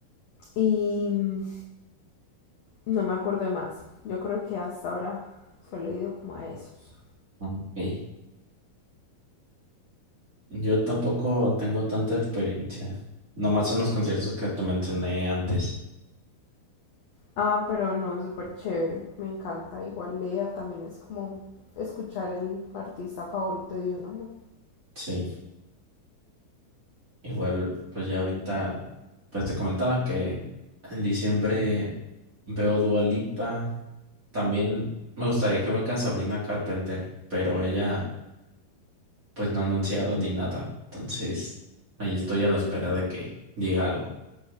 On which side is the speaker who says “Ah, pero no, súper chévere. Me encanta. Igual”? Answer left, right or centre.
Left